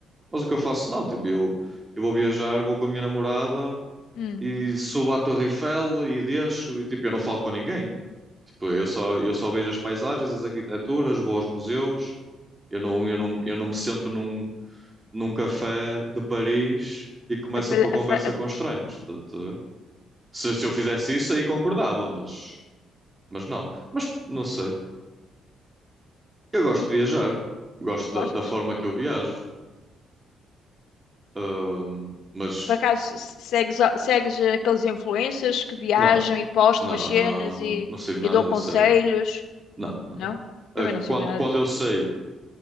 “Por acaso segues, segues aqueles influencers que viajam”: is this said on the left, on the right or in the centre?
Left